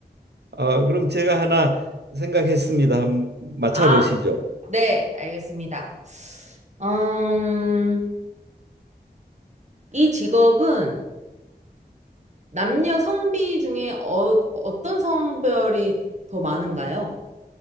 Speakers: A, on the right (about 80°); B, on the right (about 45°).
A: 아, 그럼 제가 하나 생각했습니다. 한번 맞춰
B: 아,
A: 보시죠.
B: 네, 알겠습니다. 음, 이 직업은 남녀 성비 중에 어, 어떤 성별이 더 많은가요?